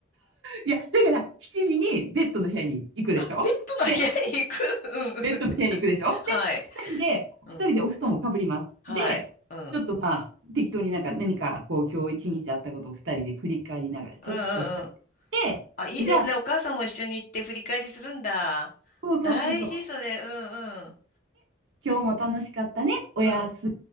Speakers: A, on the right; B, on the left.
A: いや、だから7時にベッドの部屋に行くでしょで、
B: あ、ペットの部屋に行く。
A: ベッドの部屋に行くでしょで、
B: <laughs> うんうん。はい。
A: 二人で、
B: うん。
A: 二人でお布団をかぶります。
B: はい。
A: で、
B: うん。
A: ちょっとまあ、
B: うん
A: 適当になんか何かこう今日一日あったことを二人で振り返りながらちょっとしゃべって、
B: うんうん。あ、いいですね。
A: じゃあ、
B: お母さんも一緒に行って振り返りするんだ。
A: そうそうそうそう、
B: 大事、それ。うんうん。
A: 今日も楽しかったね、おやす
B: うん。